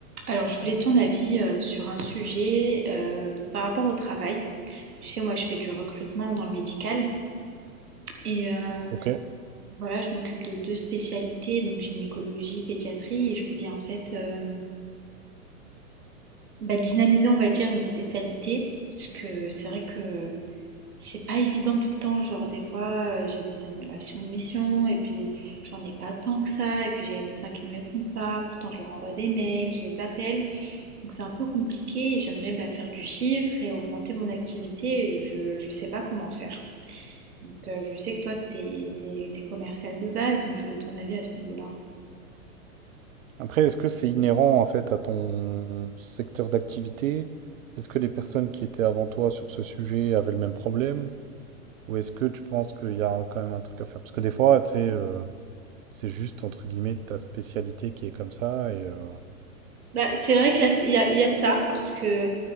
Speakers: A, on the right; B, on the right.
A: Alors, je voulais ton avis euh, sur un sujet euh, donc par rapport au travail. Tu sais, moi, je fais du recrutement dans le médical et euh,
B: Ok.
A: voilà, je m'occupe de deux spécialités, donc gynécologie, pédiatrie, et je voulais en fait euh, bah, dynamiser, on va dire, mes spécialités, parce que c'est vrai que c'est pas évident tout le temps. Genre, des fois, euh, j'ai des annulations de missions, et puis j'en ai pas tant que ça, et puis j'ai les médecins qui me répondent pas, pourtant je leur envoie des mails, je les appelle. Donc c'est un peu compliqué et j'aimerais bah, faire du chiffre et augmenter mon activité. et je ne sais pas comment faire. Donc euh, je sais que toi, tu es, commercial de base, donc je voulais ton avis à ce niveau-là.
B: Après, est-ce que c'est inhérent en fait à ton secteur d'activité? Est-ce que les personnes qui étaient avant toi sur ce sujet avaient le même problème? Ou est-ce que tu penses qu'il y a quand même un truc à faire? Parce que des fois, tu sais, euh, c'est juste entre guillemets ta spécialité qui est comme ça. Et euh,
A: Bah, c'est vrai qu'il y a, il y a- il y a de ça, parce que